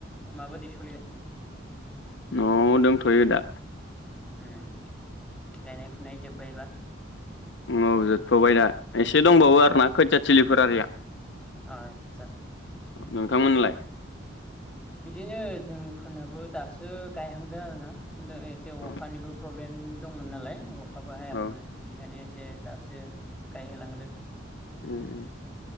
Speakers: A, in the centre; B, on the left.
A: माबायदि सलिगासिनो
B: न'आव दोंथ'यो दा
A: उम गायनाय फुनाय जोब्बायबा?
B: औ जोबथ'बाय दा एसे दंबावो आरो ना खोथिया थलिफोर आरिया
A: आदसा
B: नोंथांमोनलाय <inaudible>
A: बिदिनो जोंफोरनाबो दासो गायहांदों आरोना दो एसे
B: औ
A: अखानिबो प्रब ब्लेेन दंमोन नालाय अख अखाबो हायाखैमोन
B: औ
A: बेनिखायनो एसे दासो गाय होलांदो
B: उम उम